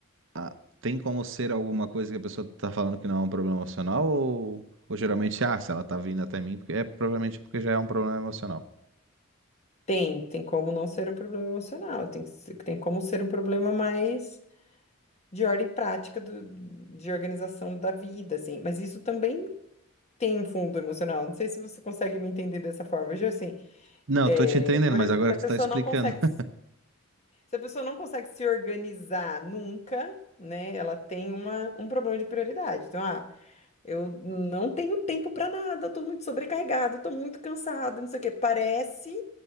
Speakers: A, on the right; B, on the left.
A: a- tem como ser alguma coisa que a pessoa tá falando que não é um problema emocional? Ou, ou geralmente, ah, se ela tá vindo até mim, porque é provavelmente porque já é um problema emocional.
B: tem, tem como não ser um problema emocional, tem, que ser- tem como ser um problema mais de ordem prática do, de organização da vida, assim. Mas isso também tem um fundo emocional. Não sei se você consegue me entender dessa forma. Veja assim,
A: Não,
B: é,
A: tô te entendendo,
B: por
A: mas
B: exemplo,
A: agora
B: se
A: que
B: a pessoa
A: tu tá explicando.
B: não consegue
A: <laughs>
B: Se a pessoa não consegue se organizar nunca, né? Ela tem uma, um problema de prioridade. Então, ah, eu não tenho tempo para nada, tô muito sobrecarregado, tô muito cansado, não sei o quê. Parece